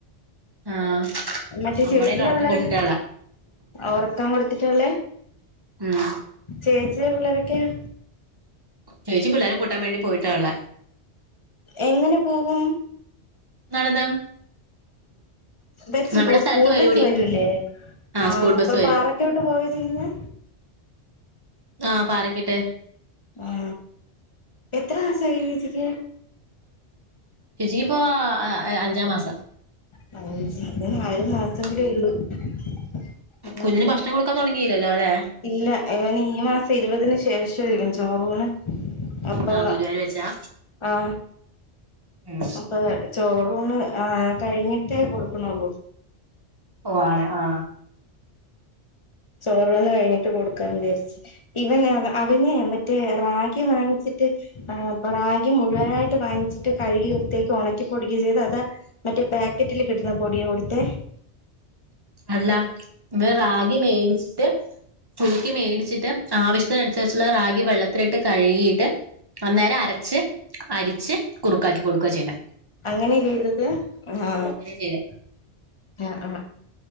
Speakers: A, on the right; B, on the left.
A: ആഹ്
B: മറ്റേ
A: അമ്മടേൽ
B: ചേച്ചിടെ
A: ഉറക്കം
B: പിള്ളേരൊക്കെ
A: കൊടുത്തിട്ടാള്ള
B: ഒറക്കം കൊടുത്തിട്ടഒള്ളേ
A: ഉം
B: ചേച്ചി ചെറിയ പിള്ളാരൊക്കെയോ
A: ചേച്ചി പിള്ളേരെ കൂട്ടാൻ വേണ്ടി പോയിട്ടാ ഒള്ളെ
B: എങ്ങനെ പോകും
A: നടന്ന്
B: ബസ്
A: നമ്മുടെ സ്ഥലത്ത്
B: സ്കൂൾ
A: വരൂടി
B: ബസ്സ് വരല്ലേ ആ
A: സ്കൂൾ
B: അപ്പൊ
A: ബസ് വരും
B: പാറക്കോട്ട് പോയ പോയിനെ
A: ആ പറക്കിട്ട്
B: ആ എത്ര മാസായി ച്ചിക്ക്
A: ചേച്ചിക്ക് ഇപ്പോ അ അഞ്ചാം മാസം
B: <unintelligible> മാസം കൂടി
A: ഉം
B: ഉള്ളു <unintelligible>
A: കുഞ്ഞിന് ഭക്ഷണം കൊടുക്കാൻ തുടങ്ങിയില്ലല്ലോ അല്ലെ
B: ഇല്ല ഇവൻ ഈ മാസ ഇരുപതിന് ശേഷം <unintelligible> ചോറൂന് അപ്പൊ
A: ആ ഗുരുവായൂർ വെച്ചാ
B: ആ
A: ഉം
B: അപ്പഴെ ചോറൂണ് ആ കഴിഞ്ഞിട്ടെ കൊട്ക്ക്ണ് ഒള്ളു
A: ഓ ആണ് ആ
B: ചോറ് ഊണ് കഴിഞ്ഞിട്ട് കൊട്ക്കാന്ന് വിചാരിച്ച് ഇവൻ അവ അവനെ മറ്റേ റാഗി വാങ്ങിച്ചിട്ട് റാഗി ആ പ്പ മുഴുവനായിട്ട് വാങ്ങിച്ചിട്ട് കഴികി വൃത്തിയാക്കി ഒണക്കി പൊടിക്കി ചെയ്ത് അതാ മറ്റേ പാക്കറ്റില് കിട്ടുന്ന പൊടിയും ഇട്ത്ത്
A: അല്ല ഇത് റാഗി മേടിച്ചിട്ട് തൂക്കി മേടിച്ചിട്ട് ആവശ്യത്തിൻ അനുസരിച്ചുള്ള റാഗി വെള്ളത്തിലിട്ട് കഴികിട്ട് അന്നേരം അരച്ച് അരിച്ച് കുറുക്കാക്കി കൊടുക്കുവാ ചെയ്യ്ണെ
B: അങ്ങനെ ചെയ്തെത് ആ
A: അങ്ങനെ ചെയ്തെ
B: ആ ആ